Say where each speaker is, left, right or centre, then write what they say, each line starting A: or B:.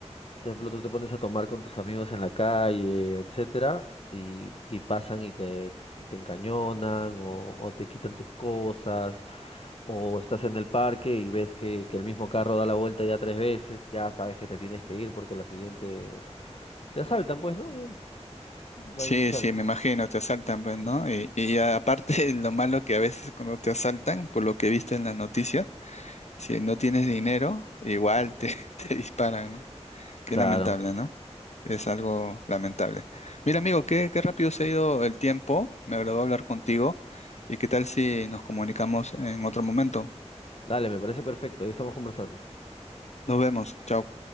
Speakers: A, on the left; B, on the left.
A: Por ejemplo, tú te pones a tomar con tus amigos en la calle, etcétera, y, y pasan y te, te encañonan o, o te quitan tus cosas, o estás en el parque y ves que, que el mismo carro da la vuelta ya tres veces, ya sabes que te tienes que ir porque la siguiente te asaltan, pues, ¿no? Ya No
B: Sí,
A: hay ni chance.
B: sí, me imagino, te asaltan, pues, ¿no? Y, y aparte, <laughs> lo malo que a veces cuando te asaltan, por lo que he visto en las noticias, si no tienes dinero, igual te, <laughs> te disparan, ¿no?
A: Claro.
B: Qué lamentable, ¿no? Es algo lamentable. Mira, amigo, qué, qué rápido se ha ido el tiempo. Me agradó hablar contigo. ¿Y qué tal si nos comunicamos en otro momento?
A: Dale, me parece perfecto, ahí estamos conversando.
B: Nos vemos. Chao.